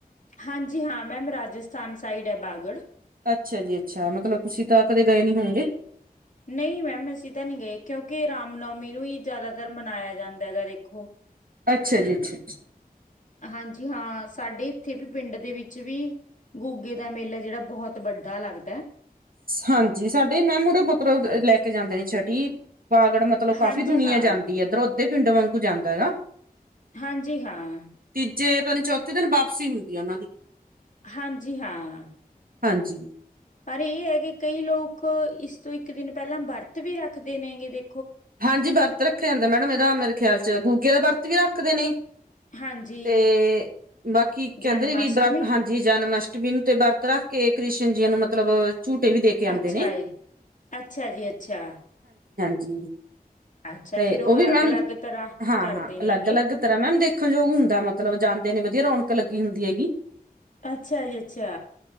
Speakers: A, on the left (about 55°); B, on the right (about 65°).
A: ਹਾਂਜੀ ਹਾਂ ਮੈਮ ਰਾਜਸਥਾਨ ਸਾਈਡ ਹੈ, ਬਾਗੜ
B: ਅੱਛਾ ਜੀ ਅੱਛਾ ਮਤਲਬ ਤੁਸੀਂ ਤਾਂ ਕਦੇ ਗਏ ਨੀ ਹੋਂਗੇ।
A: ਨਹੀਂ ਮੈਮ, ਅਸੀਂ ਤਾਂ ਨਹੀਂ ਗਏ ਕਿਉਂਕਿ ਰਾਮ ਨੌਮੀ ਨੂੰ ਹੀ ਜ਼ਿਆਦਾਤਰ ਮਨਾਇਆ ਜਾਂ ਦਾ ਹੈ, ਦੇਖੋ।
B: ਅੱਛਾ ਜੀ ਅੱਛਾ ਅੱਛਾ।
A: ਹਾਂਜੀ ਹਾਂ ਸਾਡੇ ਇੱਥੇ ਵੀ ਪਿੰਡ ਦੇ ਵਿੱਚ ਵੀ ਗੁਗੇ ਦਾ ਮੇਲਾ ਜਿਹੜਾ ਬਹੁਤ ਵੱਡਾ ਲੱਗਦ।
B: ਹਾਂਜੀ ਸਾਡੇ ਮੈਮ ਉਰੇੋਂ ਪੁੱਤਰੋਂ ਲੈ ਕੇ ਜਾਂਦੇ ਨੇ ਛਟੀ ਵਾਗੜ ਮਤਲਬ ਕਾਫ਼ੀ
A: ਹਾਂਜੀ
B: ਦੁਨੀਆਂ
A: ਹਾਂ
B: ਜਾਂਦੀ ਹੈ ਇੱਧਰ ਉੱ ਪਿੰਡ ਵਾਂਗੂ ਜਾਂਦਾ ਹੈਗਾ।
A: ਹਾਂਜੀ ਹਾਂ।
B: ਜੇ ਪਤਾ ਚੌਥੇ ਦਿਨ ਵਾਪਸੀ ਹੁੰਦੀ ਆ ਉਹਨਾਂ ਦੀ।
A: ਹਾਂਜੀ ਹਾਂ।
B: ਹਾਂਜੀ
A: ਪਰ ਇਹ ਹੈ, ਕਿ ਕਈ ਲੋਕ ਇਸ ਤੋਂ ਇੱਕ ਦਿਨ ਪਹਿਲਾਂ ਵਰਤ ਵੀ ਰੱਖਦੇ ਨੇਗੇ ਦੇ
B: ਹਾਂਜੀ ਵਰਤ ਰੱਖਿਆ ਜਾਂਦਾ ਮੈਡਮ ਇਹਦਾ ਮੇਰੇ ਖਿਆਲ ਚ ਗ ਗਗੇ ਦਾ ਵਰਤ ਵੀ ਰੱਖਦੇ ਨੇ
A: ਹਾਂਜੀ
B: ਤੇ ਬਾਕੀ ਕਹਿੰਦੇ
A: ਜਨਮ
B: ਨੇ ਵੀ
A: ਅਸ਼ਟਮੀ
B: ਵਰਤ ਹਾਂਜੀ ਜਨਮ ਅਸ਼ਟਮੀ ਨੂੰ ਤੇ ਵਰਤ ਰੱਖ ਕੇ ਕ੍ਰਿਸ਼ਨ ਜੀ ਨੂੰ ਮਤਲਬ ਝੂਟੇ ਵੀ ਦੇ ਕੇ ਆਉਂਦੇ
A: ਅੱਛਾ
B: ਨੇ
A: ਜੀ-ਅੱਛਾ ਜੀ- ਅੱਛਾ
B: ਜੀ
A: ਅੱਛਾ
B: ਤੇ
A: ਫਿਰ
B: ਉਹ
A: ਅਲੱਗ
B: ਵੀ ਮੈਮ
A: ਅਲੱਗ ਤਰ੍ਹਾਂ
B: ਹਾਂ-ਹਾਂ
A: ਕਰਦੇ ਨੇਗੇ
B: ਅਲੱਗ-ਅਲੱਗ ਤਰ੍ਹਾਂ ਮੈਮ ਦੇਖਣਯੋਗ ਹੁੰਦਾ ਮਤਲਬ ਜਾਂਦੇ ਨੇ ਵਧੀਆ ਰੌਣਕ ਲੱਗੀ ਹੁੰਦੀ ਹੈਗੀ <unintelligible>
A: ਅੱਛਾ ਜੀ ਅੱਛਾ